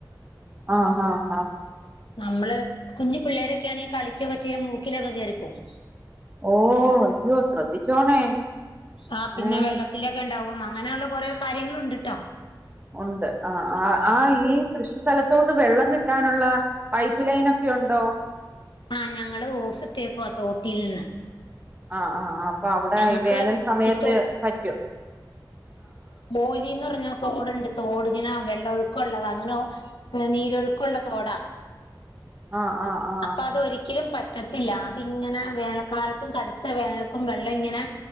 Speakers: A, on the right; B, on the left.
A: ആഹ ആഹ് ഹഹ്,
B: നമ്മള് കുഞ്ഞു പിള്ളേരൊക്കൊണെങ്കി കളിക്കൊക്കെ ചെയ്യാ <unintelligible> മൂക്കിലൊക്കെ കയറിപ്പോകും.
A: ഓ ഇയ്യോ ശ്രദ്ധിച്ചോണേ..
B: ആ പിന്നെ
A: ഏഹ്
B: വെള്ളത്തിലൊക്കെ ഇണ്ടാവും അങ്ങനെയുള്ള കൊറെ കാര്യാങ്ങളുംഉണ്ട്ട്ടാ
A: ഉണ്ട് ആ ആ ആ ഈ കൃഷി സ്ഥലത്തോട്ട് വെള്ളം കിട്ടാനുള്ള പൈപ്പ് ലൈനൊക്കെ ഉണ്ടോ
B: ആഹ് ഞങ്ങള് ഓസിട്ടേക്കുവാ തോട്ടിൽ നിന്ന്
A: ആഹ് ആഹ് അപ്പൊ അവടെ
B: ഞങ്ങക്ക്
A: ഈ വേനൽ സമയത്ത്
B: ഈ
A: വറ്റും
B: ബോലിന്നറഞ്ഞ തോടുണ്ട് തോടിങ്ങനാ വെള്ളം ഒഴുക്കള്ളതാ അങ്ങനൊ നീരൊഴുക്കുള്ള തോടാ
A: ആഹ് ആഹ് ആഹ്
B: അപ്പൊ അത് ഒരിക്കലും വറ്റത്തില്ല അതിങ്ങനെ വേനൽക്കാലത്തും കടുത്ത വേനൽക്കും വെള്ളം ഇങ്ങനെ